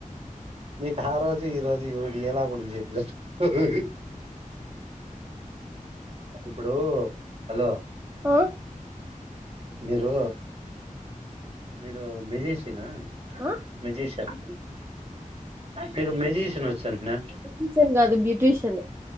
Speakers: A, on the right; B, on the right.
A: నీకు ఆ రోజు ఈ రోజు ది ఈవికి ఎలా కూడా చెప్పినాట్టు ఇప్పుడు హలో
B: ఆ
A: మీరూ మీరు మ్యజిషియనా
B: ఆ
A: మ్యజిషియన్ మీకు మెజిషియన్ వచ్చునంటనే
B: బ్యూటీషియన్ కాదు బ్యూటీషియన్